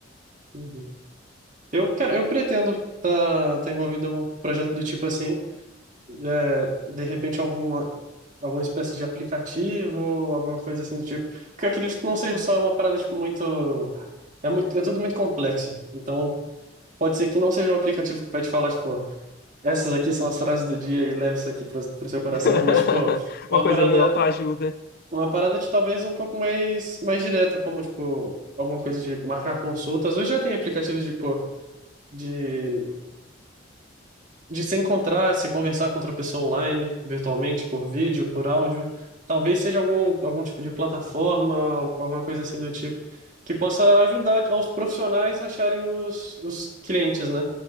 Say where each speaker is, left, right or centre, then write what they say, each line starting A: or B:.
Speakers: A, on the right; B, on the left.
A: Uhum. Eu, cara, eu pretendo tá, tá envolvido em um projeto do tipo assim, é, de repente alguma, alguma espécie de aplicativo, alguma coisa assim do tipo, porque eu acredito
B: Ah,
A: que
B: legal.
A: não seja só uma parada, tipo, muito... É muito, é tudo muito complexo, então... Pode ser que não seja um aplicativo que vai te falar, tipo, Essas aqui são as frases do dia e leve isso aqui pro, pro seu coração,
B: <laughs>
A: mas, tipo,
B: Uma
A: uma
B: coisa
A: parada,
B: meio autoajuda.
A: uma parada de talvez um pouco mais, mais direta, como, tipo, alguma coisa de marcar consultas. Hoje já tem aplicativos de, pô, de, de se encontrar, se conversar com outra pessoa online, virtualmente, por vídeo, por áudio. Talvez seja algum, algum tipo de plataforma, al- alguma coisa assim do tipo, que possa ajudar aos profissionais a acharem os, os clientes, né?